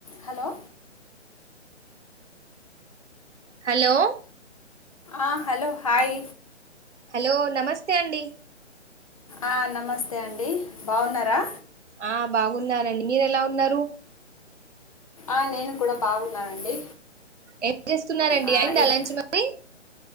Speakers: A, on the left; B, on the right.
A: Hello
B: hello
A: ఆ hello hi
B: hello నమస్తే అండి
A: ఆ నమస్తే అండి బావున్నారా
B: ఆ బాగున్నారండి మీరు ఎలా ఉన్నారు
A: ఆ నేను కూడా బాగున్నానండి
B: ఏం చేస్తున్నారండి
A: ఆ,
B: అయిందా
A: ఏ-
B: లంచ్ మరి